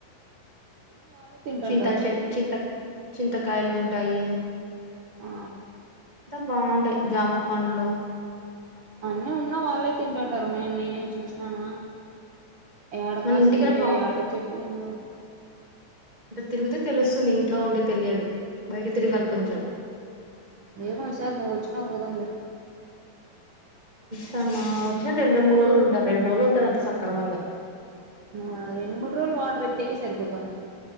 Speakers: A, on the right; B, on the right.
A: ఏమో వాళ్ళే తింటుంటారు
B: చింత చే చింత చింత కాయలు ఉంటాయి
A: ఆ
B: బావుంటాయి జామా పండ్లో
A: అన్నీ ఉన్నా వాళ్ళే తింటుంటారు మే నేనేం చూసినాన ఎడ
B: మన
A: కాసున్నాయొ
B: ఇంటికడ
A: ఎడ చెట్టుందో
B: టే తిరిగితే తెలుస్తుంది. ఇంట్లో ఉంటే తెలియదు బయట తిరగాలి కొంచెం
A: ఏమో ఇ సార్ నువ్ వచ్చునాక పోదాంలే
B: తను వచ్చిన రెండు మూడు రోజులు ఉంటారు రెండు రోజులు ఉంటారు అంతే సక్రమంగా
A: మ రెండు మూడు రోజులు వాటర్ ఎత్తే కె సరిపోతాన